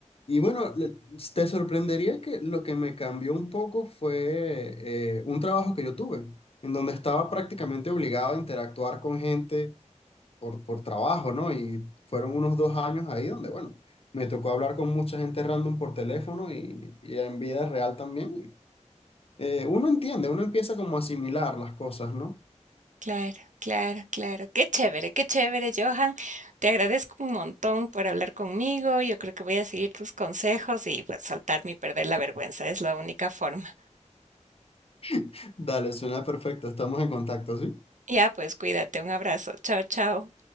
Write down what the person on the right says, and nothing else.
claro, claro, claro. Qué chévere, qué chévere, Johan. Te agradezco un montón por hablar conmigo. Yo creo que voy a seguir tus consejos y pues saltarme y perder la vergüenza. Es la única forma.
Ya, pues cuídate. Un abrazo. Chao, chao.